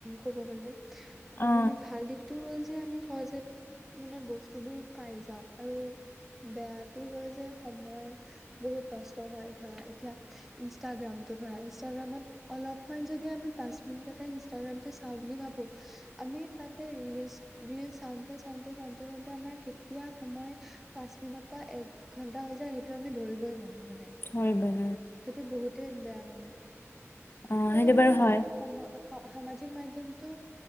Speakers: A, in the centre; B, on the left (about 45°).
A: ক'ব গ'লে।
B: অ
A: মানে ভাল দিশটো হ'ল যে আমি সহজেত মানে বস্তু বোৰ পাই যাওঁ। আৰু বেয়াটো হয় যে সময় বহুত নষ্ট হয়, ধৰা এতিয়া ইনষ্টাগ্ৰামটো ধৰা ইনষ্টাগ্ৰামত অলপমান যদি আমি পা নিটটে ইনষ্টগ্ৰামটো চাওঁ বুলি ভাবো, আমি তাতে ৰিল চাওতে চাওতে চাওঁতে চাওসতে আমাৰ কেতিয়া সময় পাঁচ মিনিটৰ পৰা এক ঘণ্টা হৈ যায় সেইটো আমি ধৰিবই নোৱাৰো। মানে
B: হয় বন
A: সেইটো বহুতেই বেয়া মানে,
B: অ
A: সেইবাবে
B: সেইটো বাৰু
A: মানে
B: হয়
A: সময় সামাজিক মাধ্যমটো